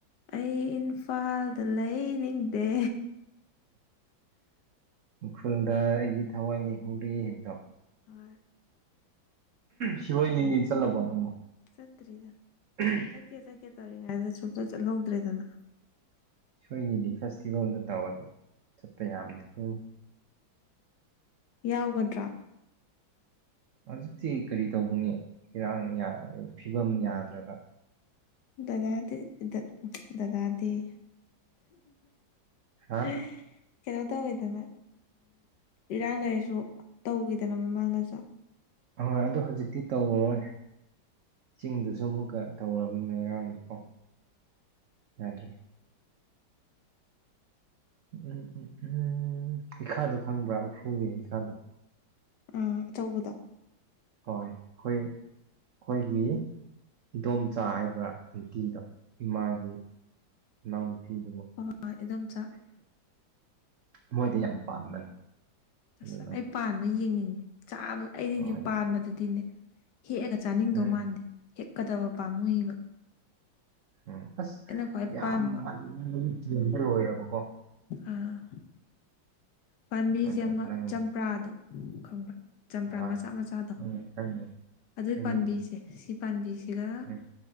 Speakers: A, on the left (about 65°); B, on the right (about 75°).
A: ꯑꯩ ꯏꯝꯐꯥꯜꯗ ꯂꯩꯅꯤꯡꯗꯦ
B: ꯎꯈ꯭ꯔꯨꯜꯗ ꯑꯩꯒꯤ ꯊꯋꯥꯏ ꯂꯩꯍꯧꯔꯤ ꯍꯥꯏꯕꯗꯣ
A: ꯍꯣꯏ
B: ꯁꯤꯔꯣꯏ ꯅꯂꯤꯂꯤ ꯆꯜꯂꯕꯣ ꯅꯪꯕꯣ
A: ꯆꯠꯇꯔꯤꯗ
B: ꯎꯝ
A: ꯆꯠꯀꯦ ꯆꯠꯀꯦ ꯇꯧꯔꯤꯉꯩꯗ ꯁꯨꯆꯠ ꯆꯠꯍꯧꯗ꯭ꯔꯦꯗꯅ
B: ꯁꯤꯔꯣꯏ ꯂꯤꯂꯤ ꯐꯦꯁꯇꯤꯚꯦꯜꯗꯣ ꯇꯧꯔꯗꯤ ꯆꯠꯄ ꯌꯥꯕꯅꯦꯀꯣ
A: ꯌꯥꯎꯒꯗ꯭ꯔꯥ
B: ꯍꯧꯖꯤꯛꯇꯤ ꯀꯔꯤ ꯇꯧꯒꯅꯤ ꯏꯔꯥꯡ ꯐꯤꯕꯝ ꯌꯥꯗ꯭ꯔꯒ
A: ꯗꯗꯥ ꯗ ꯗꯗꯥꯗꯤ ꯌꯦ
B: ꯍꯥ
A: <unintelligible> ꯀꯩꯅꯣ ꯇꯧꯋꯤꯗꯅ ꯏꯔꯥꯡ ꯂꯩꯔꯁꯨ ꯇꯧꯈꯤꯗꯅ ꯃꯃꯥꯡꯗꯁꯣ
B: ꯑꯍꯣꯏ ꯑꯗꯨ ꯍꯧꯖꯤꯛꯇꯤ ꯇꯧꯔꯔꯣꯏ ꯆꯤꯡꯗꯨꯁꯨ ꯑꯃꯨꯛꯀ ꯇꯧꯔꯝꯅꯤꯅ ꯏꯔꯥꯡꯗꯀꯣ ꯌꯥꯗ꯭ꯔꯦ ꯎꯝ ꯎꯝ ꯎꯝ ꯍꯩꯈꯥꯗꯣ ꯈꯪꯕ꯭ꯔꯥ ꯎꯈ꯭ꯔꯨꯜꯒꯤ ꯍꯩꯈꯥꯗꯣ
A: ꯎꯝ ꯑꯆꯧꯕꯗꯣ
B: ꯍꯣꯏ ꯈꯣꯏ ꯈꯣꯏꯒꯤ ꯏꯗꯣꯝꯆꯥ ꯍꯥꯏꯕ꯭ꯔꯥ ꯑꯟꯇꯤꯗꯣ ꯏꯃꯥꯒꯤ ꯃꯅꯥꯎ ꯅꯨꯄꯤꯗꯣꯕꯣ
A: ꯍꯣꯏ ꯏꯗꯣꯝꯆꯥ
B: ꯃꯣꯏꯗꯤ ꯌꯥꯝ ꯄꯥꯟꯕꯅꯤ ꯑꯗꯨ
A: ꯑꯁ ꯑꯩ ꯄꯥꯟꯕ ꯌꯦꯡꯅꯤꯡꯉꯦ ꯆꯥꯕꯗ ꯑꯩꯗꯤꯅꯦ
B: ꯍꯣꯏ
A: ꯄꯥꯟꯕꯗꯨꯗꯤꯅꯦ ꯍꯦꯛꯑꯒ ꯆꯥꯅꯤꯡꯗꯧ
B: ꯎꯝ
A: ꯃꯥꯟꯗꯦ ꯍꯦꯛꯀꯗꯕ ꯄꯥꯝꯃꯨꯏꯕ
B: ꯎꯝ ꯑꯁ
A: ꯑꯩꯅ ꯈ꯭ꯋꯥꯏ
B: ꯌꯥꯝꯃꯟꯕꯒꯤꯗ
A: ꯄꯥꯝꯕ
B: ꯂꯣꯏꯔꯕꯀꯣ
A: ꯑꯥ ꯄꯥꯟꯕꯤꯁꯦ
B: ꯑꯗꯣ
A: ꯑꯃ
B: ꯅꯪ
A: ꯆꯝꯄ꯭ꯔꯥꯗꯣ ꯈꯪꯕ꯭ꯔꯥ ꯆꯝꯄ꯭ꯔꯥ
B: ꯍꯣꯏ
A: ꯃꯆꯥ ꯃꯆꯥꯗꯣ
B: ꯎꯝ ꯈꯪꯉꯤ
A: ꯑꯗꯨꯏ
B: ꯈꯪꯉꯤꯅꯤ
A: ꯄꯥꯝꯕꯤꯁꯦ ꯁꯤ ꯄꯥꯟꯕꯤꯁꯤꯒ
B: ꯎꯝ